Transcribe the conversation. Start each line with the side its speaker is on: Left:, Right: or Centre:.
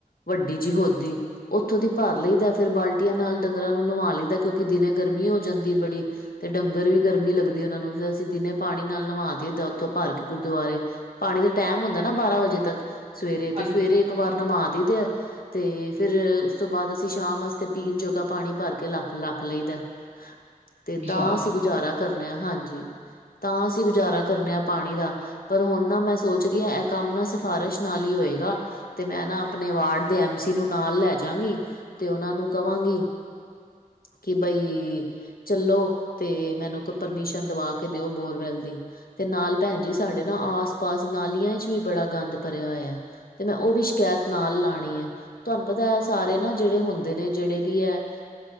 Left: ਵੱਡੀ
Right: ਹਮ,
Left: ਜੀ ਓਦੀ ਉੱਥੋਂ ਦੀ ਭਰ ਲਈਦਾ ਫੇਰ ਬਾਲਟੀਆਂ ਨਾਲ ਡੰਗਰਾਂ ਨੂੰ ਨਵਾ ਲਈਦਾ ਕਿਉਂਕਿ ਦਿਨੇ ਗਰਮੀ ਹੋ ਜਾਂਦੀ ਬੜੀ। ਤੇ ਡੰਗਰ ਵੀ ਗਰਮੀ ਲੱਗਦੀ ਉਹਨਾਂ ਨੂੰ ਫਿਰ ਅਸੀਂ ਦਿਨੇ ਪਾਣੀ ਨਾਲ ਨਿਵਾ ਦਈ ਦਾ ਉੱਥੋਂ ਭਰ ਕੇ ਗੁਰਦੁਆਰੇ। ਪਾਣੀ ਦੇ ਟਾਈਮ ਹੁੰਦਾ ਨਾ ਬਾਰਾਂ ਵਜੇ ਤੱਕ ਸਵੇਰੇ ਤੇ
Right: ਹਾਂਜੀ
Left: ਸਵੇਰੇ ਇੱਕ ਵਾਰ ਨਵਾ ਦਈ ਦਾ। ਤੇ ਫਿਰ ਉਸ ਤੋਂ ਬਾਅਦ ਅਸੀਂ ਸ਼ਾਮ ਵਾਸਤੇ ਪੀਣ ਜੋਗਾ ਪਾਣੀ ਭਰ ਕੇ ਲੱਖ ਰੱਖ ਲਈ ਦਾ। ਤੇ
Right: ਅੱਛਾ
Left: ਤਾਂ ਅਸੀਂ ਗੁਜ਼ਾਰਾ ਕਰਨੇ ਹਾਂਜੀ ਤਾਂ ਅਸੀਂ ਗੁਜ਼ਾਰਾ ਕਰਨਾ ਪਾਣੀ ਦਾ। ਪਰ ਹੁਣ ਨਾ ਮੈਂ ਸੋਚ ਰਹੀ ਆ ਇਹ ਕੰਮ ਨਾ ਸਿਫਾਰਸ਼ ਨਾਲ ਹੀ ਹੋਏਗਾ। ਤੇ ਮੈਂ ਨਾ ਆਪਣੇ ਵਾਰਡ ਦੇ ਐਮ ਸੀ ਨੂੰ ਨਾਲ ਲੈਜਗੀ ਤੇ ਉਹਨਾਂ ਨੂੰ ਕਵਾਂਗੀ। ਕਿ ਬਈ। ਚਲੋ ਤੇ ਮੈਨੂੰ ਪਰਮੀਸ਼ਨ ਦਵਾ ਕੇ ਦਿਓ ਬੋਰਵੈਲ ਦੀ। ਤੇ ਨਾਲ ਭੈਣ ਜੀ ਸਾਡੇ ਨਾ ਆਸ ਪਾਸ ਨਾਲੀਆਂ ਵਿੱਚ ਵੀ ਬੜਾ ਗੰਦ ਭਰਿਆ ਹੋਇਆ। ਤੇ ਮੈਂ ਉਹ ਵੀ ਸ਼ਿਕਾਇਤ ਨਾਲ ਲਾਣੀ ਐ। ਤੁਹਾਨੂੰ ਪਤਾ ਐ ਸਾਰੇ ਨਾ ਜਿਹੜੇ ਹੁੰਦੇ ਨੇ ਜਿਹੜੇ ਵੀ ਐ